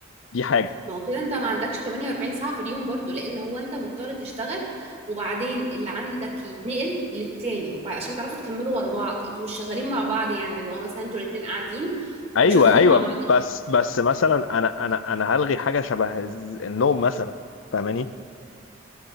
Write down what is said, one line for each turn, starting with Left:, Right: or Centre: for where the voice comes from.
Left: دي حاجة
Right: ما هو كده انت ما عندكش 48 ساعة في اليوم برضو لان هو انت مضطر تشتغل وبعدين اللي عندك يتنقل للتاني بعد- عشان تعرفوا تكملوا ورا بعض انتوا مش شغالين مع بعض يعني اللي هو مثلا انتوا الاتنين قاعدين
Left: ايوه
Right: وشغالين
Left: ايوه
Right: مع بعض
Left: بس بس مثلا انا انا انا هلغي حاجة شبه الز- النوم مثلا فاهماني